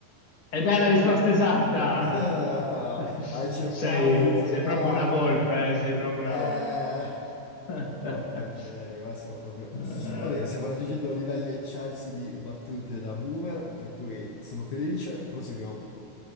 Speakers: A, on the left; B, on the left.
A: Ed è la risposta esatta!
B: <laughs>
A: <laughs>
B: Hai cercato
A: Sei,
B: di fregarmi.
A: sei proprio una volpe, eh, Sei proprio
B: Eh,
A: una volpe. <laughs>
B: porca miseria, qua siamo proprio...
A: Eh,
B: Va bene, stiamo raggiungendo livelli eccelsi di battute da boomer, per cui sono felice, proseguiamo pure.